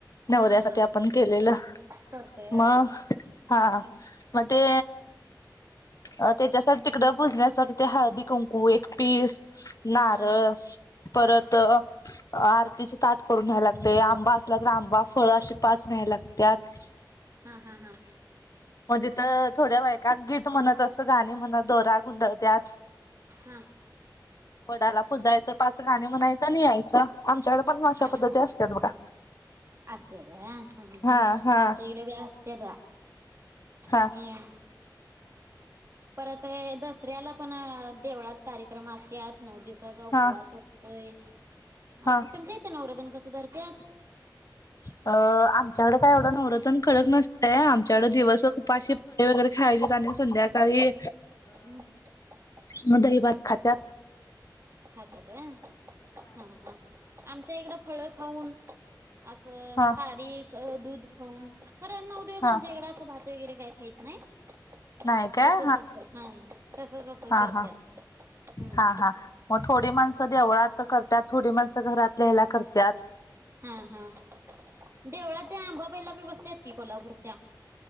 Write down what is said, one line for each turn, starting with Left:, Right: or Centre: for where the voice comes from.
Left: नवऱ्यासाठी
Right: हा हा
Left: आपण केलेलं
Right: करतोय होय
Left: मग हा
Right: हम्म
Left: मग ते, अ त्याच्यासाठी तिकडं पुजण्यासाठी ते हळदी कुंकू एक पीस ह <inaudible> नारळ,
Right: हा
Left: परत,
Right: हा हा
Left: आरतीचे ताट करून घ्यायला लागतय, आंबा आंबा, फळं, अशे पाच न्याय लाग त्यात
Right: हा. हा. हा.
Left: म तिथ थोड्या बायकाात गीत म्हणत तसं गाणी म्हणत, दोरा गुंडळत्यात,
Right: हम.
Left: वडाला पुजायचं पाच गाणी म्हणायचं आणि यायचं आमच्याकडे पण अशा
Right: हा
Left: पद्धती असतात बघा.
Right: असते अद वा ह्
Left: हा हा
Right: आमच्या इकडे बी असत्यात <unintelligible>
Left: हा
Right: आणि- परत दसऱ्याला पण देवळात कार्यक्रम असत्यात. नऊ दिवसाचा उपवास
Left: हा
Right: असतोय. म
Left: हा
Right: तुमच इते नवरतन कसं धरत्यात
Left: अ.. आमच्याकडे काय एवढ नवरतन खडक नसतय, आमच्याकडे दिवस उपाशी वैगरे <unintelligible> खायचे आणि संध्याकाळी
Right: हम्. <inaudible>
Left: म दही भात खात्यात,
Right: खात्यात होय, हा. हा. आमच्याइकडं फळ खाऊन अस
Left: हा
Right: खारीक, अ.. दूध खाऊन, खर नऊ दिवस
Left: हा
Right: आमच्या इकडं भात वगैरे काय खाहीत नाहीत.
Left: नाही काय
Right: तसच असंत, हा तसच असं
Left: हा
Right: करत्यात.
Left: हा
Right: हम्म.
Left: हा हा मग थोडी माणसं देवळात त्यात थोडी माणसं घरातल्या हेला करत्यात,
Right: हा हा देवळाात त्या आंबाबाईला बी बसत की कोल्हापूरच्या